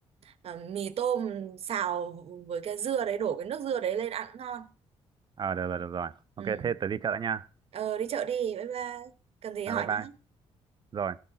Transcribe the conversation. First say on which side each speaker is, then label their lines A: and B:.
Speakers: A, on the right; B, on the right.
A: ờ, mì tôm xào với cái dưa đấy đổ cái nước dưa đấy lên ăn cũng ngon
B: Ờ, được rồi, được rồi. Ok,
A: ừ
B: thế tớ đi chợ đã nha.
A: Ờ đi chợ đi, bye bye. Cần gì
B: À,
A: hỏi
B: bye bye.
A: nhé.
B: Rồi.